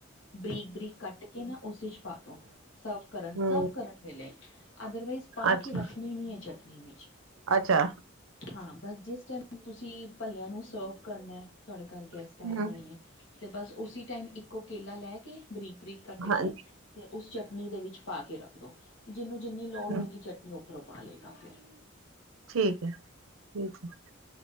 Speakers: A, on the left (about 65°); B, on the right (about 85°).
A: ਬਰੀਕ ਬਰੀਕ ਕੱਟ ਕੇ ਨਾ ਉਸੇ 'ਚ ਪਾ ਦੋ। ਸਰਵ
B: ਹੂੰ
A: ਸਰਵ ਕਰਨ ਵੇਲੇ, ਅਦਰਵਾਈਜ਼ ਪਾ
B: ਅੱਛਾ
A: ਕੇ ਰੱਖਣੀ ਨੀ ਹੈ ਚਟਨੀ ਵਿੱਚ।
B: ਅੱਛਾ।
A: ਹਾਂ, ਬਸ ਜਿਸ ਟਾਈਮ ਤੁਸੀਂ ਭੱਲਿਆਂ ਨੂੰ ਸਰਵ ਕਰਨਾ ਤੁਹਾਡੇ ਘਰ ਗੈਸਟ
B: ਹੂੰ
A: ਆਏ ਹੋਏ ਨੇ ਅਤੇ ਬਸ ਉਸੀ ਟਾਈਮ ਇੱਕੋ ਕੇਲਾ ਲੈ ਕੇ ਬਰੀਕ ਬਰੀਕ ਕੱਟ
B: ਹਾਂਜੀ
A: ਕੇ ਤੇ ਉਸ ਚਟਨੀ ਦੇ ਵਿੱਚ ਪਾ ਕੇ ਰੱਖਦੋ। ਜਿਹਨੂੰ ਜਿੰਨੀ ਲੋੜ
B: ਹਮ,
A: ਹੋਏਗੀ ਚਟਨੀ ਉੱਪਰੋਂ ਪਾ ਲਏਗਾ ਫਿਰ।
B: ਠੀਕ ਹੈ, ਠੀਕ ਹੈ।